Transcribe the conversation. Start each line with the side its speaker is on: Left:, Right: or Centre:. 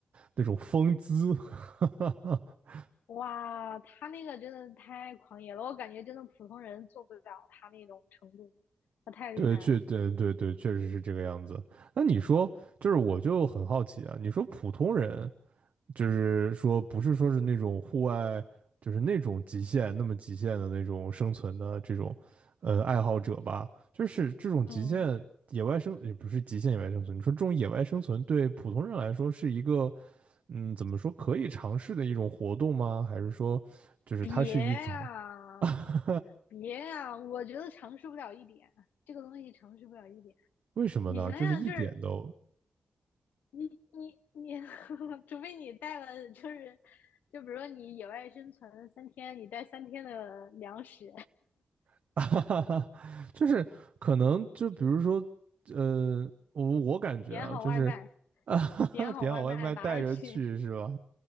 Right: 那种风姿，<laughs>
Left: 哇，他那个真的太狂野了，我感觉真的普通人做不了他那种程度，他太厉害了，
Right: 对，确对对对，确实是这个样子。那你说，就是我就很好奇啊，你说普通人就是说不是说是那种户外，就是那种极限那么极限的那种生存的这种，呃，爱好者吧，就是这种极限野外生也不是极限野外生存，
Left: 嗯，
Right: 你说这种野外生存对普通人来说是一个，嗯，怎么说可以尝试的一种活动吗？还是说，就是它是一种
Left: 别呀、
Right: <laughs>，
Left: 别呀、我觉得尝试不了一点，这个东西尝试不了一点，
Right: 为什么呢？
Left: 你想想就是。
Right: 就是一点都
Left: 你你你，<laughs> 除非你带了，就是就比如说你野外生存三天，你带三天的粮食，
Right: <laughs> 哈哈，就是可能就比如说，呃，我我感觉啊，
Left: 点好外卖，
Right: 就是 <laughs> 啊点好外卖带着去是吧？
Left: 点好外卖拿着去。